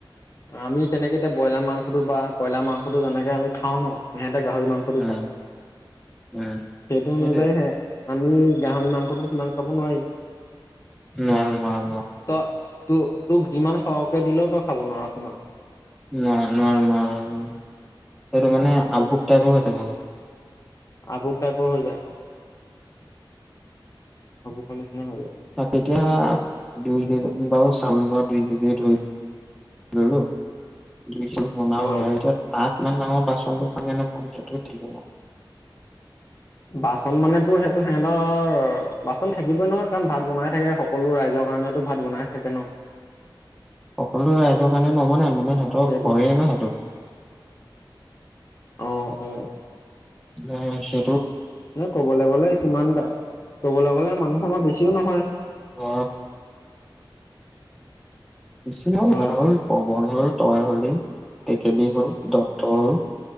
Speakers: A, on the left; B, in the centre.
A: আমি তেনেকে এতিয়া বইলাৰ মাংসটো বা কইলাৰ মাংসটো যেনেকে আমি খা ন সিহঁতেক গাহৰি মাংসটো
B: উম
A: খাই
B: উম
A: সেইটো
B: সেইটোৱে
A: অনুযায়ীহে আমি গাহৰি মাংসটো সিমান খাব নোৱাৰিম
B: নোৱাৰো নোৱাৰো
A: ত ত তোক যিমান সহকে দিলেও তই খাব নোৱাৰ সিমান
B: নোৱাৰ নোৱাৰো নোৱাৰো সেইটো মানে আভোক টাইপৰ হৈ যাবগৈ
A: আবুক টাইপৰ হৈ যায় অ আভোকৰ নিচিনা হৈ যায়
B: তা তেতিয়া দুই বু চাউল মোৱা দুই কেজি ধৰি ললো দুই চাউল বনাব
A: অ
B: <unintelligible> পাত কিমান ডাঙৰ বাচনটো খাঙে নাপাম তাতে নাই।
A: বাচন মানেতো সেইটো সিহঁতৰ বাচন থাকিবই নহয় কাৰণ ভাত বনাই থাকে সকলো ৰাইজৰ ৰ কাৰণেতো ভাত বনাই থাকে ন'।
B: সকলো ৰাইজৰ কাৰণে নবনাই মানে সিহঁতৰ
A: সেইটো
B: ঘৰে ন' সেইটো। <inaudible>
A: অ অ
B: অ, সে
A: এ ক'বলৈ গ'লে, সিমানটা কবলৈ গ'লে মানুহ আমাৰ বেছিও নহয়।
B: অ'। <unintelligible>
A: হয়
B: ৰাহুল, পৱন হল, তই হলি, টেকেলি হল, দত্ত হল।